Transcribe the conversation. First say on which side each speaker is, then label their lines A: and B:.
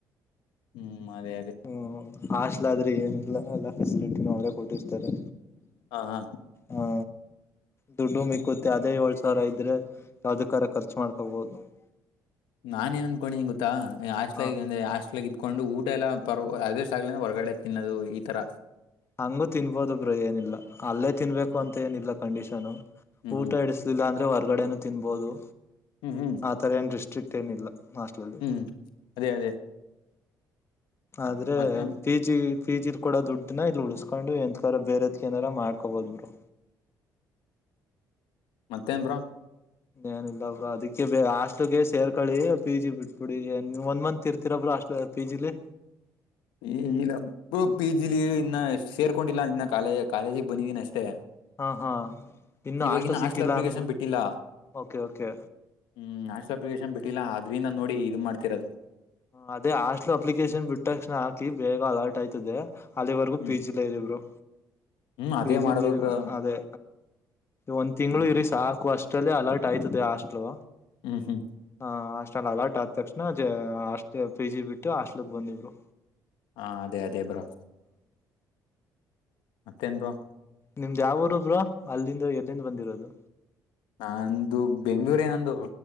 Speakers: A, on the left; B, on the left.
A: ಹ್ಮ್, ಅದೇ- ಅದೇ
B: ಹ್ಮ್, ಹಾಸ್ಟೆಲ್ ಆದ್ರೆ ಏನಿಲ್ಲ ಎಲ್ಲ ಫೆಸಿಲಿಟಿನ ಅವರೇ ಕೊಟ್ಟಿರ್ತಾರೆ.
A: ಹಾ, ಹಾ
B: ಹಾ, ದುಡ್ಡು ಮಿಕ್ಕತ್ ಅದೇ ಏಳ್ ಸಾವಿರ ಇದ್ರೆ ಯಾವ್ದ ಕರ ಖರ್ಚು ಮಾಡ್ತ ಹಗದ <unintelligible>
A: ನಾನೇನ್ ಅನ್ಕೊಂಡಿದೆಗೊತ್ತಾ ಹಾಸ್ಟೆಲ್ಗ
B: ಹ
A: ಅಂದ್ರ ಹಾಸ್ಟೆಲ್ ಕೊಂಡು ಊಟ ಎಲ್ಲ ಪರ ಅದಷ್ಟ ಆಗ್ಲ ಹೊರಗಡೆ ತಿನ್ನೋದು ಈ ಥರ.,
B: ಹಂಗು ತಿನ್ಬೋದು ಬ್ರೋ ಏನಿಲ್ಲ ಅಲ್ಲೇ ತಿನ್ಬೇಕು ಅಂತ ಏನಿಲ್ಲ ಕಂಡೀಷನು.
A: ಹ್ಮ್
B: ಊಟ
A: ಹ್ಮ್
B: ಇಡಿಸ್ಲಿಲ್ಲ ಅಂದ್ರೆ ಹೊರ್ಗಡೆನು ತಿನ್ಬಹದು.
A: ಹ್ಮ್, ಹ್ಮ್
B: ಆ ತರ ಏನ್ ಡಿಸ್ಟ್ರಿಕ್ ಏನಿಲ್ಲ ಹಾಸ್ಟ್ ಲ್ಲಿ.
A: ಹ್ಮ್, ಅದೇ- ಅದೇ
B: ಆದ್ರೆ
A: ಮತ್ತೆ
B: ಪಜ <inaudible> ಪಿ, ಜಿದ ಕೊಡ ದುಡ್ಡನ ಇಲ್ಲಿ ಉಳಸ್ಕೊಂಡು ಎಂತ ಬೇರೆದ ಏನಾರ ಮಾಡ್ಕೋಬಹುದು ಬ್ರೋ.
A: ಮತ್ತೇನ್ ಬ್ರೋ
B: ಏನ ಇಲ್ಲ ಬ್ರೋ ಅದಿಕ್ಕೆ ಬ ಹಾಸ್ಟೆಲ್ಗೆ ಸೇರ್ಕೊಳ್ಳಿ. ಪಿ, ಜಿ ಬಿಟ್ಬಿಡಿ ಒಂದ ಮಂತ್ ಇರ್ತಿರಬ್ರೋ ಹಾಸ್ಟೆಲ್ ನಲ್ಲಿ. ಪಿ, ಜಿ, ಲಿ
A: ಈ ಇಲ್ಲ ಪಿ, ಜಿಲಿ ಇನ್ನ ಸೇರ್ಕೊಂಡಿಲ್ಲ ಇನ್ನ ಕಾಲೇಜ, ಕಾಲೇಜಿಗೆ ಬಂದಿದ್ದೀನ ಅಷ್ಟೇ.
B: ಹಾಂ, ಹಾಂ ಇನ್ನೂ
A: ಇವಾಗಿನ
B: ಹಾಸ್ಟೆಲ್ ಸಿಕ್ಕಿಲ್ಲ
A: ಅಪ್ಲಿಕೇಶನ್
B: ಅನ್ಬೋದು
A: ಬಿಟ್ಟಿಲ್ಲ
B: ಓಕೆ, ಓಕೆ.
A: ಹ್ಮ್, ನ್ಯಾಷನಲ್ ಅಪ್ಲಿಕೇಶನ್ ಬಿಟ್ಟಿಲ್ಲ ಅದ್ರಿಂದ ನೋಡಿ ಇದು ಮಾಡ್ತಿರೋದು.
B: ಅದೇ ಹಾಸ್ಟೆಲ್ ಅಪ್ಲಿಕೇಶನ್ ಬಿಟ್ಟ ತಕ್ಷಣ ಹಾಕಿ. ಬೇಗ ಅಲರ್ಟ್ ಆಯ್ತದೆ ಅಲ್ಲಿವರೆಗೂ
A: ಹ್ಮ್
B: ಪಿ, ಜಿ ಲೆಇರಿ ಬ್ರೋ
A: ಹ್ಮ್ ಅದೇ
B: ಜಿ
A: ಮಾಡ್ಬೇಕ ಬ್ರೋ
B: ಅದೇ ಒಂದ್ ತಿಂಗಳು
A: ಹ್ಮ್
B: ಇರಿ ಸಾಕು ಅಷ್ಟೆ., ಅಷ್ಟಲ್ಲಿಅಲರ್ಟ್ ಆಯ್ತದೆ ಹಾಸ್ಟಲ್
A: ಹ್ಮ್, ಹ್ಮ್
B: ಹ, ಅಷ್ಟ್ರಲ್ಲಿ ಅಲ್ಟ್ ಆದ ತಕ್ಷಣ ಹಾಸ್ಟೆಲ್ ಪಿ, ಜಿ ಬಿಟ್ಟು ಹಾಸ್ಟೆಲ್ ಕಬಂದಿದ್ರು.
A: ಹಾ, ಅದೇ ಅದೇ ಬ್ರೋ ಮತ್ತೇನ್ರಿ
B: ನಿಮ್ದ್ ಯಾವ ಊರುಬ್ರೋಅಲ್ಲಿಂದ ಎಲ್ಲಿಂದ ಬಂದಿರೋದು.
A: ನಂದು ಬೆಂಗ್ಳೂರ್ ನಂದು.